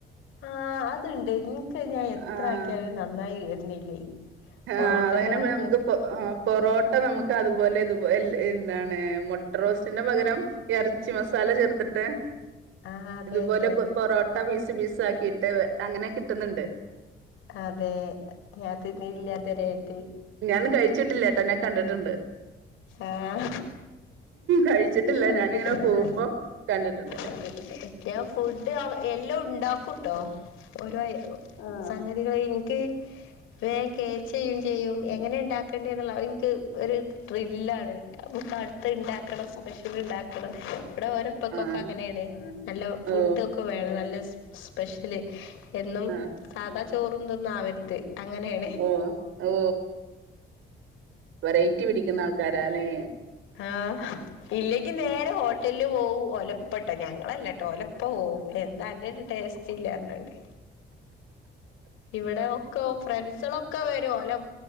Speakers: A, on the left (about 85°); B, on the right (about 85°).
A: ആ അതുണ്ട് ഇൻക്ക് ഞാൻ എത്ര
B: ആഹ്
A: ആക്കിയാലും അത് നന്നായി വരുന്നില്ലേ. പൊറോട്ടന്റെ
B: ആഹ് അതങ്ങനെപ്പൊ
A: ആ
B: ഞമ്മക്ക്
A: ടേസ്റ്റ്
B: പൊ ആ പൊറോട്ട നമ്മക്ക് അതുപോലെ ഇതു പോലെ എൽ എന്താണ് മൊട്ടറോസ്റ്റിന്റെ പകരം എറച്ചി മസാല ചേർത്തിട്ട്
A: ആഹ് അതെ
B: ഇതുപോലെ
A: അതെ
B: പൊറോ മുട്ട പീസ് പീസ് ആക്കീട്ട് അങ്ങനെ കിട്ട്ന്ന്ണ്ട്.
A: അതെ, ഞാൻ തിന്നീല്ല ഇതെരെയിട്ട്.
B: ഞാനും കഴിച്ചിട്ടില്ലേട്ടാ ഞാൻ കണ്ട്ട്ട്ണ്ട്.
A: ഏഹ്
B: കഴിച്ചിട്ടില്ല
A: കഴിച്ചിട്ടില്ല
B: ഞാനിങ്ങനെ പോകുമ്പോ
A: ഞാൻ
B: കണ്ടിട്ടുണ്ട്
A: കണ്ട് ക്ക്യ ഞാൻ ഫുഡ് എല്ലോം ഉണ്ടാക്കുട്ടോ ഓരോ ഐ ആഹ് സംഗതികളെ എനിക്ക് വേം കേച്ച് ചെയ്യും ചെയ്യും, എങ്ങനെ ഇണ്ടാകണ്ടിയെ എന്നുള്ള അത് ഇൻക്ക് ഒര് ത്രില്ലാണ്. അപ്പൊക്ക് അട്ത്തത് ഇണ്ടാക്കണം സ്പെഷ്യല് ഇണ്ടാക്കണം, ഇവിടെ ഓരോ ഉപ്പക്കൊക്കെ
B: ആഹ്
A: അങ്ങനേണ് നല്ല ഫുഡ്
B: ഓ
A: ഒക്കെ വേണം, നല്ല സ് സ്പെഷ്യല് എന്നും
B: ആഹ്
A: സാധാ ചോറും ഇതൊന്നും ആവര്ത് അങ്ങനേണ്.
B: ഓ ഓ വെറൈറ്റി പിടിക്കുന്ന ആൾക്കാരല്ലേ.
A: ആഹ് ഇല്ലെങ്കി നേരെ ഹോട്ടല് പോകും ഓലെ പ്പട്ട ഞങ്ങളല്ലട്ടോ ഓലപ്പ പോവും, എന്താ അന്റെ ഒരു ടേസ്റ്റ് ഇല്ലാ പറഞ്ഞാണ്ട്. ഇവിടെ ഒക്കെ ഫ്രണ്ട്സളൊ ഒക്കെ വരും ഓലെ